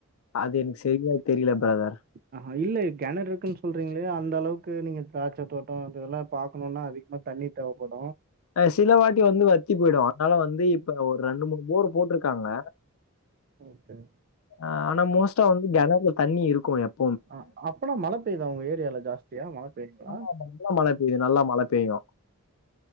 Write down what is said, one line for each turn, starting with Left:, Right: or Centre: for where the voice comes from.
Left: அது என்க் சரியா தெர்ல பிரதர்
Right: ஆ ஹாங் இல்லே கெணறு இருக்குன்னு சொல்றீங்களே அந்த அளவுக்கு நீங்க திராட்ச தோட் டோம் அதெல்லா பாக் கணும்னா அதிகமா தண்ணி தேவப்படோ
Left: அ சில வாட்டி வந்து வத்தி போயிடோ அதனால வந்து இப்ப ஒரு ரெண்டு மூணு போர் போட்டிருக்காங்க
Right: ஓகே
Left: ஆ ஆனா மோஸ்ட்டா வந்து கெணர்ல்ல தண்ணி இருக்கும் எப்
Right: ஆ அப்பனா மழை பெய்தா உங்க ஏரியால ஜாஸ்தியா மழ பெய்தா
Left: ஆமா, ஆமா. நல்லா மழ பெயூ நல்ல மழ பெய்யூ